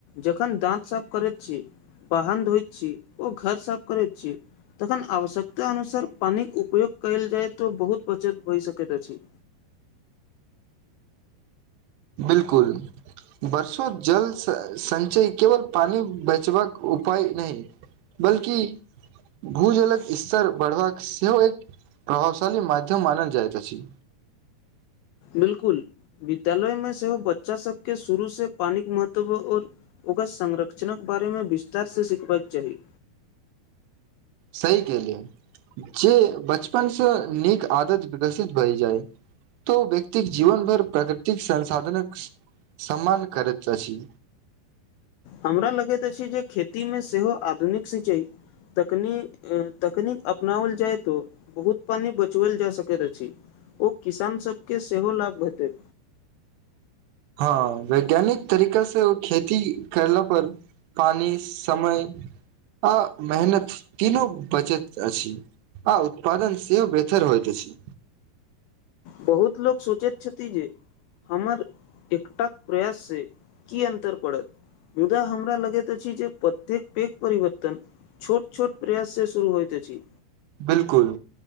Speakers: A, on the left; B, on the right.
A: जखन दाँत साफ करैत छी बाहन धोइत छी ओ घर साफ करैत छी तखन आवश्यकता अनुसार पानिक उपयोग कयल जाय तऽ बहुत बचत भए सकैत अछि
B: <inaudible> बिलकुल वर्षों जल संचय केवल पानी बचबाक उप उपाय नहि बल्कि भूजलक स्तर बढ़बाक सेहो एक प्रभावशाली मध्यम मानल जाइत अछि
A: बिलकुल विद्यालय मे सेहो बच्चा सबके शुरू से पानिक महत्व आऔर ओकर संरक्षणक बारे मे विस्तार सँ सिखबाक चाही
B: सही कहलिए जे बचपन से नीक आदत विकसित भए जाय तो व्यक्तिक जीवन भरि प्रकृतिक संसाधनक सम्मान करैत अछि
A: हमरा लगैत अछि जे खेतीमे सेहो आधुनिक सिंचाई तकनी तकनीक अपनाओल जाय तो बहुत पानी बचवल जा सकैत अछि ओ किसान सबके सेहो लाभ भेटैत
B: हँ वैज्ञानिक तरीका से खेती करला पर पानि समय आ मेहनत तीनो बचत अछि आ उत्पादन से बेहतर होइत अछि
A: बहुत लोक सोचैत छथि जे हमर एकटाक प्रयास सँ की अन्तर पड़त मुदा हमरा लगैत अछि जे प्रत्येक पैघ परिवर्तन छोट छोट प्रयास से शुरू होइत अछि
B: बिलकुल